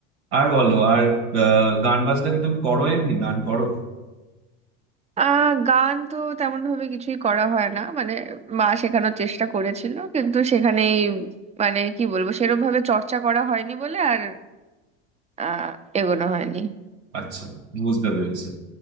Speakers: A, on the right (about 80°); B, on the right (about 20°).
A: আর বলো আর আহ, গান বাজনা কি তুমি করো এমনি গান করো
B: আহ গান তো তেমন ভাবে কিছুই করা হয় না মানে মা শেখানোর চেষ্টা করেছিল কিন্তু সেখানেই মানে কি বলবো সেরম ভাবে চর্চা করা হয়নি বলে আর আহ এগোনো হয়নি
A: আচ্ছা বুঝতে পেরেছি